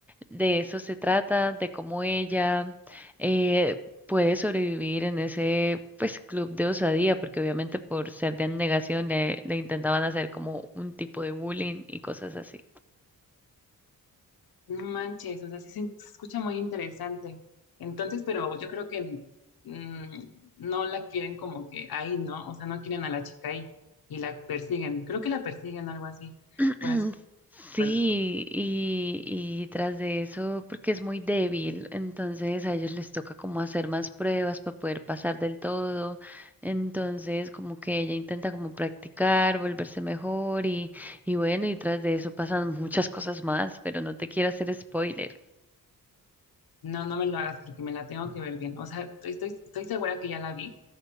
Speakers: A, in the centre; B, on the left.
A: de eso se trata, de cómo ella eh, puede sobrevivir en ese pues club de osadía, porque obviamente por ser de negación le, le intentaban hacer como un tipo de bullying y cosas así.
B: No manches, o sea, sí se se escucha muy interesante. Entonces, pero yo creo que mm, no la quieren como que ahí, ¿no? O sea, no quieren a la chica ahí y la persiguen. Creo que la persiguen o algo así,
A: <clears throat>
B: por así,
A: Sí,
B: recuerdo.
A: y, y tras de eso, porque es muy débil, entonces a ellos les toca como hacer más pruebas para poder pasar del todo. Entonces, como que ella intenta como practicar, volverse mejor y, y bueno, y tras de eso pasan muchas cosas más, pero no te quiero hacer spoiler.
B: No, no me lo hagas porque me la tengo que ver bien. O sea, estoy, estoy segura que ya la vi,